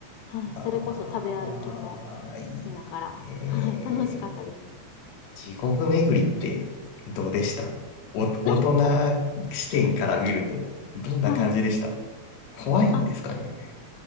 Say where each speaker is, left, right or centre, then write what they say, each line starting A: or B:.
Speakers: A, on the left (about 85°); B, on the left (about 75°).
A: はい。
B: ああ、
A: それこそ食べ歩きも
B: いいですね。
A: しながら。はい。楽しかったです。
B: 地獄巡りってどうでしたお、大人視点から見ると、
A: <laughs>
B: どんな感じでした
A: はい。
B: 怖いんですかね
A: あ、